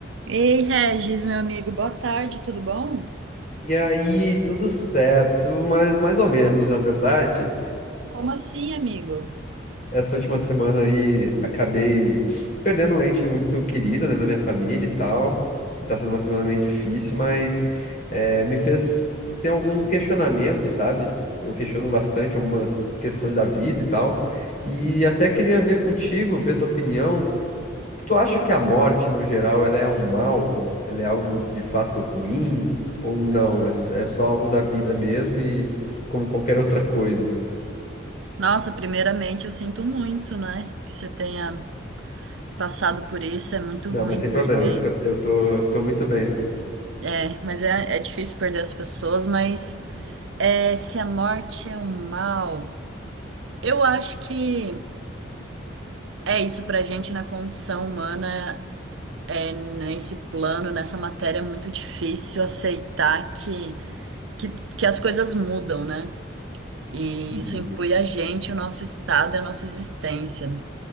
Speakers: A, on the right; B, on the left.
A: Ei, Regis, meu amigo, boa tarde, tudo bom?
B: E aí, tudo certo, mas mais ou menos, na verdade.
A: Como assim, amigo?
B: Essa última semana aí acabei perdendo um ente muito querido, né, na minha família e tal. Tá sendo uma semana meio difícil, mas eh, me fez ter alguns questionamentos, sabe? Eu questiono bastante algumas questões da vida e tal. E até queria ver contigo, ver tua opinião. Tu acha que a morte, no geral, ela é um mal? Ela é algo de fato ruim? Ou não? É, s- é só algo da vida mesmo e como qualquer outra coisa?
A: Nossa, primeiramente eu sinto muito, né, que você tenha passado por isso, é muito
B: Não,
A: ruim
B: mas sem
A: perder.
B: problema, fica, eu tô, tô muito bem.
A: É, mas é, é difícil perder as pessoas, mas é, se a morte é um mal, eu acho que é isso pra gente na condição humana, é, nesse plano, nessa matéria, é muito difícil aceitar que, que, que as coisas mudam, né? E
B: Uhum,
A: isso inclui a gente, o nosso estado e a nossa existência.